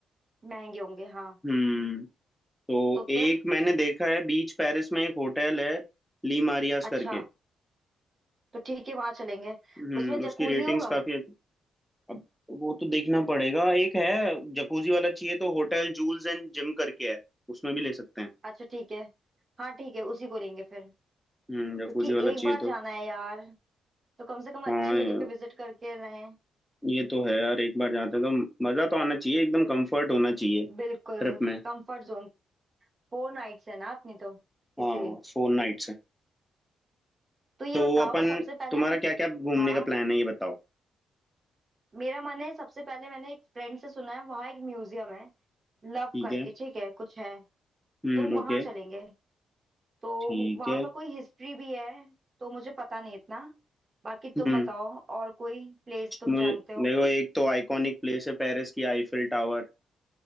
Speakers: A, on the right; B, in the centre.
A: महंगे होंगे हाँ
B: हम्म तो
A: तो
B: एक
A: फिर
B: मैंने देखा है बीच पेरिस में एक होटल है ली मारियास
A: अच्छा
B: करके
A: तो ठीक है वहाँ चलेंगे
B: हम्म
A: उसमें जकूजी
B: उसकी रेटिंग्स
A: होगा
B: काफी अच्छी- अब वो तो देखना पड़ेगा एक है जकूजी वाला चाहिए तो होटल जूल्स एंड जिम करके है उसमें भी ले सकते हैं
A: अच्छा ठीक है हाँ ठीक है उसी को लेंगे फिर
B: हम्म जकूजी
A: क्योंकि
B: वाला
A: एक
B: चाहिए
A: बार
B: तो
A: जाना है यार तो कम से कम
B: हाँ
A: अच्छी जगह पे विजिट करके रहें
B: ये तो है यार एक बार जाते हैं तो मजा तो आना चाहिए एकदम कंफर्ट होना चाहिए
A: बिल्कुल
B: ट्रिप में
A: Comfort zone फोर नाइट्स है ना अपनी तो इसीलिए
B: हाँ फोर नाइट्स
A: तो ये
B: तो
A: बताओ
B: अपन
A: सबसे पहले
B: तुम्हारा
A: हम
B: क्या क्या घूमने
A: हाँ
B: का प्लान है ये बताओ
A: मेरा मन है सबसे पहले मैंने एक फ्रेंड से सुना है वहाँ एक म्यूजियम है लव
B: ठीक
A: करके
B: है
A: ठीक है कुछ है
B: हम्म
A: तो वहां
B: ओके
A: चलेंगे तो
B: ठीक
A: वहां
B: है
A: पर कोई हिस्ट्री भी है तो मुझे पता नहीं इतना बाकी
B: हम्म
A: तुम बताओ और कोई प्लेस तुम
B: मुझे
A: जानते हो
B: देखो एक तो आइकॉनिक प्लेस है पेरिस की आईफिल टावर